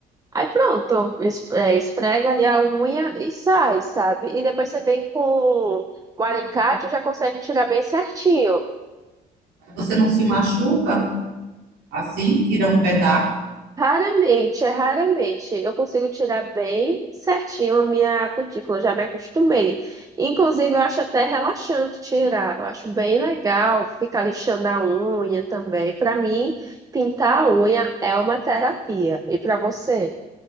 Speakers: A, on the right (about 20°); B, on the right (about 80°).
A: Aí pronto, es- é, esfrega ali a unha e sai, sabe? E depois você vem com o alicate, já consegue tirar bem certinho.
B: Aí Você não se machuca assim, tira um pedaço.
A: Raramente, é raramente. Eu consigo tirar bem certinho a minha cutícula, já me acostumei. Inclusive, eu acho até relaxante tirar. Eu acho bem legal ficar lixando a unha também. Para mim, pintar a unha é uma terapia. E para você?